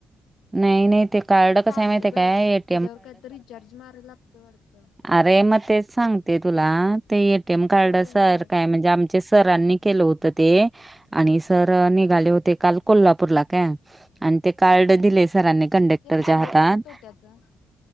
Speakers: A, on the right (about 20°); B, on the left (about 85°).
A: नाही नाही, ते कार्ड
B: मी काढलं
A: कस आहे माहिते
B: बाई
A: काय? एक
B: त्याच्यावर काय तर रिचार्ज मारा लागतं वाटतं.
A: अरे! मग तेच सांगते तुला ते ए टी एम कार्ड
B: होय
A: सर
B: होय
A: काय म्हणजे आम चे सरांनी केलं होत ते, आणि सर निघाले होते काल कोल्हापूरला का आणि ते कार्ड दिले सरांनी कंडक्टरच्या
B: मग ते फायद्याचं
A: हातात
B: आहे का तोट्याचा